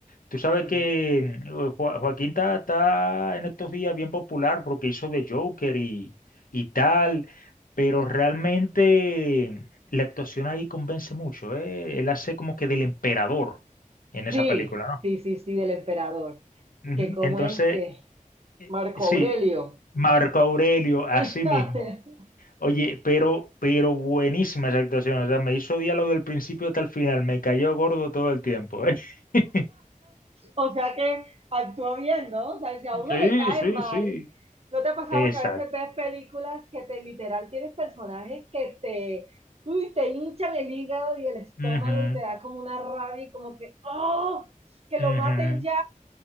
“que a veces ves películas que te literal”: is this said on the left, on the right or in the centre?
Right